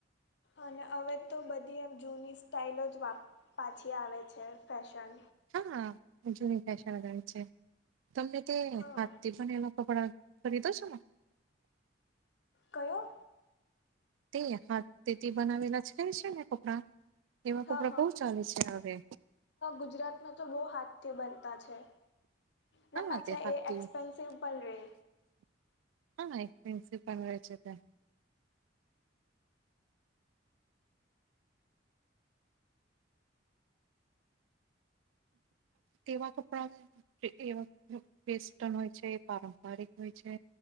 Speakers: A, on the left; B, on the right.
A: અને હવે તો બધી એમ જૂની સ્ટાઇલો જ પાછી આવે છે ફેશન
B: હા જૂની ફેશન આવે છે. તમને તે
A: હા
B: હાથથી પણ એવા કપડાં ખરીદો છો ને
A: ક્યા?
B: તે હાથ થી બનાવેલા છે છે ને કપડાં તેવા કપડા
A: હા હા
B: બહુ ચાલે છે હવે.
A: ગુજરાતમાં તો બહુ હાથ્ થી બનતા છે. ને
B: હા
A: પાછા
B: તે હાથથી
A: એ એક્સપેન્સિવ પણ રે
B: હા એક્સપેન્સિવ પણ રે છે તો. તેવા કપડા એ વેસ્ટર્ન હોય છે પારંપારિક હોય છે.